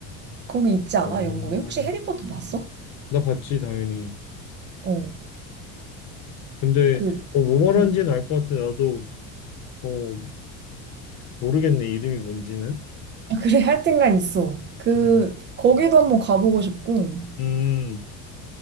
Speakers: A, on the right (about 30°); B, on the left (about 50°).
A: 거기 있지
B: 어,
A: 않아? 영국에? 혹시 해리포터 봤어?
B: 나 봤지 당연히.
A: 어,
B: 근데
A: 그,
B: 어, 뭐 말하는지는
A: 음.
B: 알 것 같아. 나도 어, 모르겠네, 이름이 뭔지는.
A: 아, 그래, 하여튼간 있어. 그,
B: 음,
A: 거기도 한번 가보고 싶고,
B: 음,